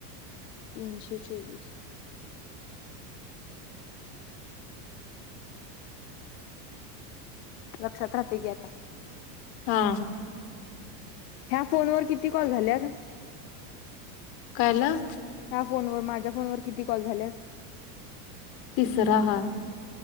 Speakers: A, on the left (about 75°); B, on the left (about 50°).
A: तीनशे चोवीस लक्षात राहते घे आता
B: हा
A: ह्या फोन वर किती कॉल झाल्यात
B: कायला?
A: ह्या फोनवर माझ्या फोनवर किती कॉल झाल्यात
B: तिसरा हा